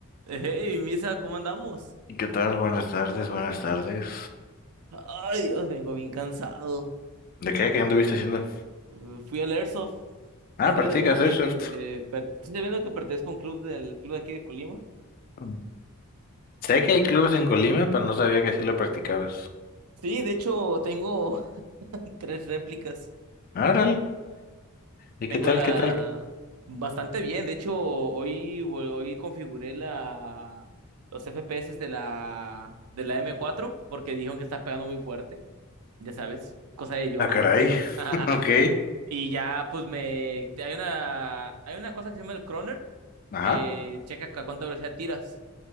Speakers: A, on the right; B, on the left.
A: Hey, Misa, ¿cómo andamos?
B: ¿Y ¿Qué tal? Buenas tardes, buenas tardes.
A: Ay, Dios, vengo bien cansado.
B: ¿De qué? ¿Qué anduviste haciendo?
A: Uh, Fui al Airsoft. Sí
B: Ah,
A: sabías,
B: practicas
A: ¿no? Que,
B: Airsoft.
A: per- sí sabías no, que pertenezco a un club del club de aquí de Colima.
B: Mm. Sé que hay clubes en Colima, pero no sabía que sí lo practicabas.
A: Sí, de hecho, tengo <laughs> tres réplicas.
B: Árale. ¿Y
A: Tengo
B: qué tal?
A: la...
B: ¿Qué tal?
A: Bastante bien. De hecho, hoy, vol- hoy configuré la... los FPS de la... de la m cuatro porque dijeron que está pegando muy fuerte. Ya sabes, cosa de llorones.
B: Ah, caray.
A: <laughs>
B: <laughs> Ok.
A: Y ya, pues me. Hay una, hay una cosa que se llama el Croner,
B: Ajá.
A: que checa a cuánta velocidad tiras.